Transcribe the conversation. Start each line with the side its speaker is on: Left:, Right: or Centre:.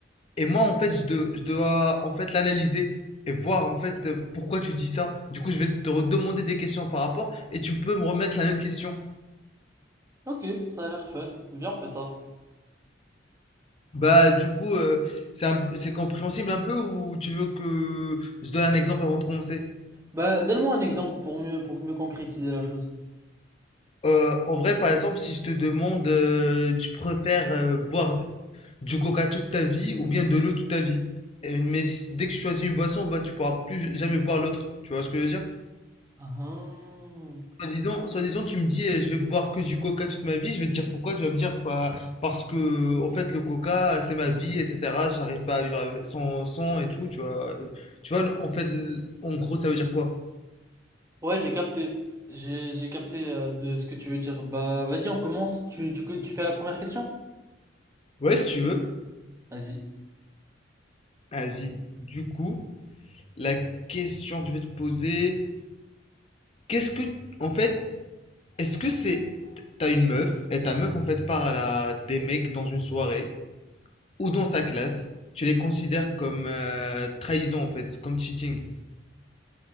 Left: Et moi, en fait, je dois, je dois en fait l'analyser et voir en fait euh, pourquoi tu dis ça. Du coup, je vais te redemander des questions par rapport, et tu peux me remettre la même question.
Right: Ok, ça a l'air fun. Viens, on fait ça.
Left: Bah, du coup, euh, c'est un- c'est compréhensible un peu, ou tu veux que je donne un exemple avant de commencer?
Right: Bah, donne-moi un exemple pour mieux, pour mieux concrétiser la chose.
Left: Euh, en vrai, par exemple, si je te demande, euh, tu préfères euh, boire du coca toute ta vie ou bien de l'eau toute ta vie? Et- mais si- dès que tu choisis une boisson, bah, tu pourras plus jamais boire l'autre. Tu vois ce que je veux dire?
Right: Ah, hum.
Left: Soit disant soit disant tu me dis, euh, je vais boire que du coca toute ma vie. Je vais te dire pourquoi. Tu vas me dire, bah, parce que, en fait, le coca, c'est ma vie, etc. J'arrive pas à vivre avec- sans, sans et tout. Tu vois, tu vois, en fait, l- en gros, ça veut dire quoi?
Right: Ouais, j'ai capté. J'ai, j'ai capté euh, de ce que tu veux dire. Bah, vas-y, on commence. Tu, tu, tu fais la première question?
Left: Ouais, si tu veux.
Right: Vas-y.
Left: Vas-y. Du coup, la question que je vais te poser. Qu'est-ce que, en fait, est-ce que c'est, t'as une meuf et ta meuf en fait part à la- des mecs dans une soirée ou dans sa classe, tu les considères comme euh, trahison en fait, comme cheating.